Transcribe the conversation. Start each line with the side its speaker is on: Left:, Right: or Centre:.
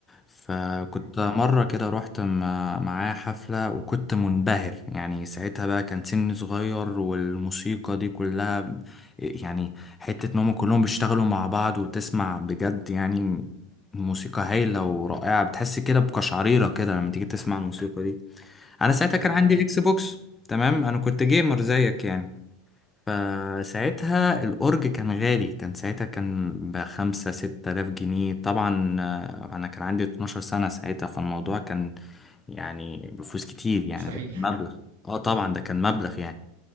Left: فكنت
Right: مم.
Left: مرة كده رحت م- معاه حفلة وكنت منبهر يعني ساعتها بقى كان سني صغير والموسيقى دي كلها ب- يعني حتة ان هم كلهم بيشتغلوا مع بعض وتسمع بجد يعني موسيقى هايلة ورائعة بتحس كده بقشعريرة كده لما تيجي تسمع الموسيقى دي انا ساعتها كان
Right: اه
Left: عندي
Right: فعلا
Left: اكس بوكس تمام انا كنت جيمر زيك يعني فساعتها الأورج كان غالي كان ساعتها كان بخمسة ستة آلاف جنيه طبعا آه، أنا كان عندي 12 سنة ساعتها فالموضوع كان يعني بفلوس كتير يعني
Right: مستحيل
Left: ده كان
Right: <laughs>
Left: مبلغ اه طبعا ده كان مبلغ يعني